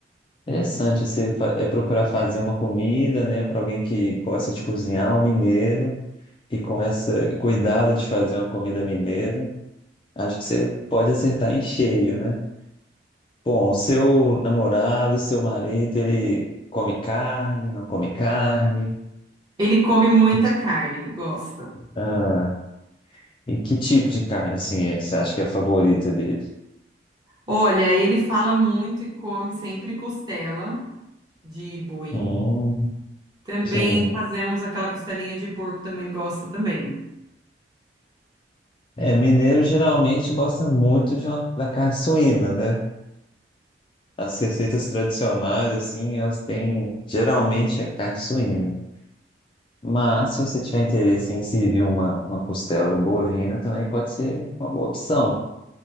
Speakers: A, on the left (about 30°); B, on the right (about 20°).
A: interessante você fa- é procurar fazer uma comida, né, para alguém que gosta de cozinhar, um mineiro, e com esse cuidado de fazer uma comida mineira, acho que você pode acertar em cheio, né? Bom, o seu namorado, seu marido, ele come carne, não come carne?
B: Ele come muita
A: Que-
B: carne, gosta.
A: Ah, e que tipo de carne, assim, você acha que é a favorita dele?
B: Olha, ele fala muito e come sempre costela de boi.
A: Hum,
B: Também
A: sim.
B: fazemos aquela costelinha de porco, também ele gosta também.
A: É, mineiro geralmente gosta muito de uma- da carne suína, né? As receitas tradicionais, assim, elas têm, geralmente é carne suína. Mas se você tiver interesse em servir uma, uma costela bovina, também pode ser uma boa opção. O